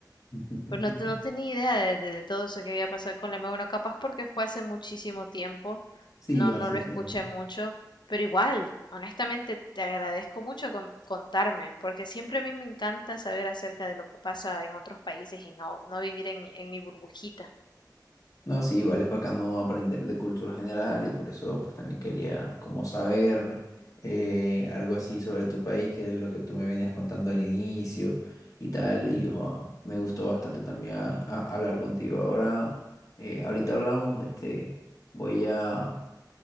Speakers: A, on the left (about 50°); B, on the left (about 80°).
A: <laughs>
B: Pues no, te- no tenía idea de, de- de todo eso que había pasado con la M1, capaz porque fue hace muchísimo tiempo,
A: Sí,
B: no,
A: hace
B: no lo
A: tiempo.
B: escuché mucho, pero igual, honestamente, te agradezco mucho con- contarme, porque siempre a mí me encanta saber acerca de lo que pasa en otros países y no, no vivir en mi, en mi burbujita.
A: No, sí, igual es bacano aprender de cultura general y por eso pues también quería como saber eh, algo así sobre tu país, que es lo que tú me venías contando al inicio y tal, y jo, me gustó bastante también a- a- hablar contigo. Ahora, eh, ahorita hablamos, este, voy a,